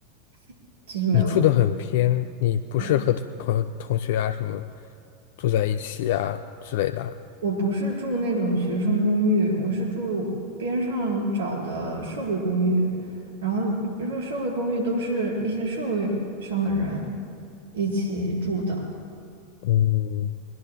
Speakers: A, on the right (about 70°); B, on the left (about 60°).
A: <laughs> 其实没有怎么
B: 你住的很偏，你不是和朋友、
A: 贵。
B: 同学啊什么住在一起啊之类的啊
A: 我不是住那种学生公寓，我是住边上找的社会公寓。然后就说社会公寓都是一些社会上的人一起住的。
B: 嗯